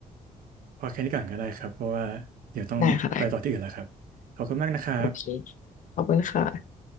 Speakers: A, on the right; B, on the left.
A: พอแค่นี้ก่อนก็ได้ครับเพราะว่าเดี๋ยวต้องไปต่อที่อื่นแล้วครับ
B: ได้ค่ะได้
A: ขอบคุณมากนะครับ
B: โอเคขอบคุณค่ะ